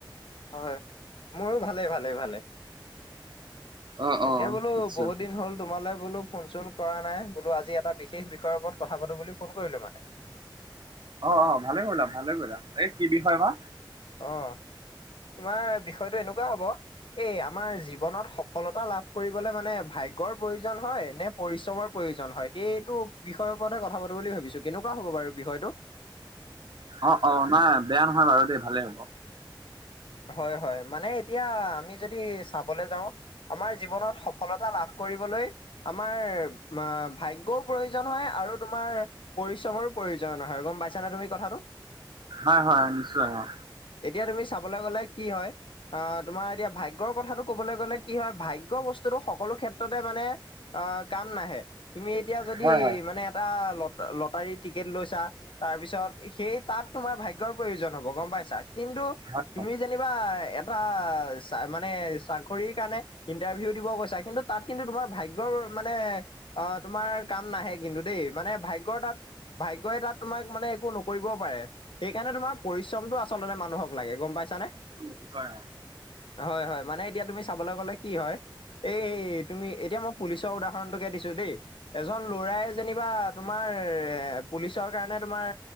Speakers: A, on the left (about 80°); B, on the right (about 65°).
A: হয়। মোৰো ভালে ভালে ভালে।
B: অ
A: তাকে
B: অ
A: বোলো
B: আচ্ছা।
A: বহুত দিন হ'ল তোমালৈ বোলো ফোন চোন কৰা নাই, বোলো আজি এটা বিশেষ বিষয়ৰ ওপৰত কথা পাতো বুলি ফোন কৰিলো মানে।
B: অ', অ' ভালে কৰিলা ভালে কৰিলা, এই কি বিষয় বা?
A: অ' তোমাৰ বিষয়টো এনেকুৱা হ'ব। এই আমাৰ জীৱনত সফলতা লাভ কৰিবলে মানে ভাগ্যৰ প্ৰয়োজন হয় নে পৰিশ্ৰমৰ প্ৰয়োজন হয় সেইটো বিষয়ৰ ওপৰতে কথা পাতো বুলি ভাবিছো কেনেকুৱা হ'ব বাৰু বিষয়টো?
B: অ অ নাই বেয়া নহয় বাৰু দেই ভালেই হ'ব।
A: হয় হয় মানে এতিয়া আমি যদি চাবলৈ যাওঁ আমাৰ জীৱনত সফলতা লাভ কৰিবলৈ আমাৰ ভাগ্যও প্ৰয়োজন হয় আৰু তোমাৰ পৰিশ্ৰমৰো প্ৰয়োজন হয় গম পাইছানে তুমি কথাটো।
B: হয় হয় নিশ্চয় অ
A: এতিয়া তুমি চাবলে গ'লে কি হয় আহ তোমাৰ এতিয়া ভাগ্যৰ কথাটো কবলৈ গলে কি হয় ভাগ্য বস্তুটো সকলো ক্ষেত্ৰতে মানে আহ কাম নাহে তুমি এতিয়া যদি
B: হয় হয়।
A: মানে এটা লত লটাৰী টিকেট লৈছা তাৰ পিছত সেই তাত তোমাৰ ভাগ্যৰ প্ৰয়োজন হব গম পাইছা কিন্তু,
B: হয়,
A: তুমি যেনিবা এটা চা মানে চাকৰিৰ কাৰণে- ইণ্টাৰভিউ দিব গৈছা কিন্তু তাত কিন্তু তোমাৰ ভাগ্যৰ মানে অ তোমাৰ কাম নাহে কিন্তু দেই মানে ভাগ্যৰতাত ভাগ্যই তাত তোমাক মানে একো নোক- কৰিব পাৰে সেইকাৰণে তোমাৰ পৰিশ্ৰমটো আচলতে মানুহক লাগে গম পাইছানে।
B: নিশ্চয় অ
A: হয় হয় মানে এতিয়া তুমি চাবলৈ গ'লে- কি হয় এই তুমি এতিয়া মই পুলিচৰ উদাহৰণটোকে দিছো দেই- এজন ল'ৰাই যেনিবা তোমাৰ এ পুলিচৰ কাৰণে তোমাৰ